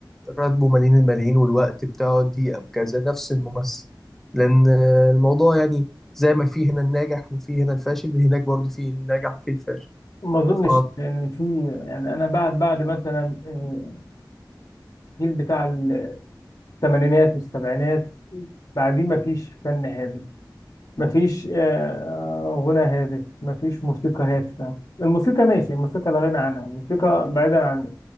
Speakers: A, in the centre; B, on the left.
A: راتبه ملايين الملايين والوقت بتاعه دقيقة بكذا نفس الممثل لأن آه، الموضوع يعني زي ما في هنا الناجح وفي هنا الفاشل هناك برضو في الناجح وفي الفاشل
B: ما اظنش
A: آه،
B: لان في يعني انا بعد بعد مثلا آه، الجيل بتاع الثمانينات والسبعينات بعديه ما فيش فن هادف ما فيش آه، غنى هادف ما فيش موسيقى هادفة الموسيقى ماشي الموسيقى لا غنى عنها الموسيقى بعيدا عن